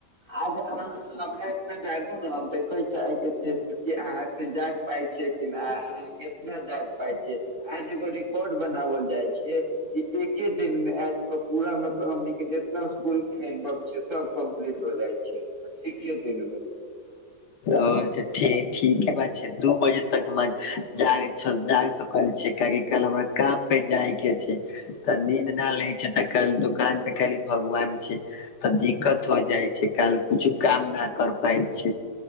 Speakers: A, on the right; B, on the left.
A: आज अहाँ हमरा इतना जागू ने हम देखे चाहे के छी कि अहाँ के जाग पाय छी कि न अहाँ केितना जाग पाय छी आज एगो रिकॉर्ड बनावल जाय छे। एके दिनमे आज कऽ पूरा मतलब हमने जितना इसकुल के होमवर्क छैय सब कम्प्लीट हो जाइ छैय एके दिनमे।
B: ओ त ठी ठीके बात छै दू बजे तक हमरा जाइ छल जाइ सकल छै किआकि कल हमरा काम पे जायके छै। तऽ नींद नहि लै छै तऽ कल दुकान पे खाली भगवान छै तऽ दिक्कत हो जाइ छै कल कुछु काम न कर पाय छी।